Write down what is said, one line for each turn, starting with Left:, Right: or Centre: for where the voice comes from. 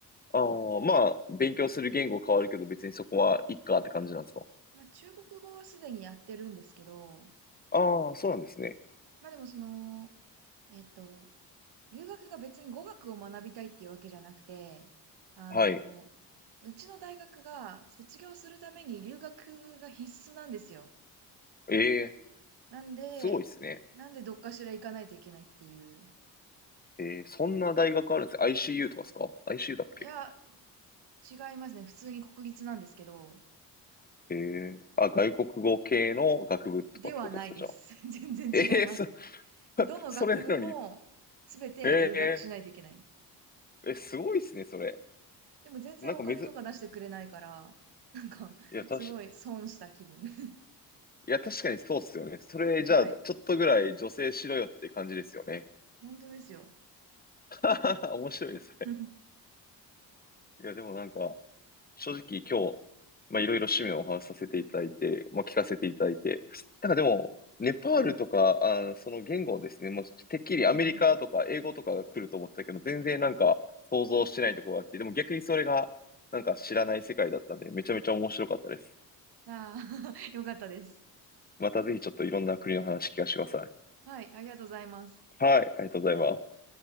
Left: ああ、まあ、勉強する言語変わるけど別にそこはいっかって感じなんですか
Right: まあ、中国語はすでにやってるんですけど、
Left: ああ、そうなんですね。
Right: まあでもその、えっと、留学が別に語学を学びたいっていうわけじゃなくて、あの、
Left: はい。
Right: うちの大学が卒業するために留学が必須なんですよ。
Left: ええ
Right: なんで、
Left: すごいですね。
Right: なんでどっかしら行かないといけないっていう。
Left: ええそんな大学あるんです ?ICU とかですか ?ICU だっけ
Right: いや、違いますね。普通に国立なんですけど、
Left: ええあ、外国語系の学部とかってことですか、
Right: ではないです。
Left: じゃあ。
Right: <laughs> 全然違います。
Left: ええそ、<laughs>
Right: どの学部もすべて留学しないといけない。
Left: それなのに。えええ、すごいっすね、それ。
Right: でも全然お金とか出してくれないから、
Left: なんかめず、
Right: なんか、
Left: いや、たし、
Right: すごい損した気分。<laughs>
Left: いや、確かにそうっすよね。それ、じゃあ、
Right: はい。
Left: ちょっとぐらい女性しろよって感じですよね。
Right: 本当ですよ。
Left: <laughs> 面白いですね。
Right: <laughs> うん
Left: いや、でもなんか、正直今日、まあ、いろいろ趣味をお話しさせていただいて、まあ、聞かせていただいて、なんかでも、ネパールとか、あー、その言語ですね、もうてっきりアメリカとか英語とかが来ると思ってたけど、
Right: うん
Left: 全然なんか想像してないところがあって、でも逆にそれがなんか知らない世界だったんで、めちゃめちゃ面白かったです。
Right: <laughs> ああ、<laughs> よかったです。
Left: またぜひちょっといろんな国の話聞かせてください。
Right: はい、ありがとうございます。
Left: はい、ありがとうございます。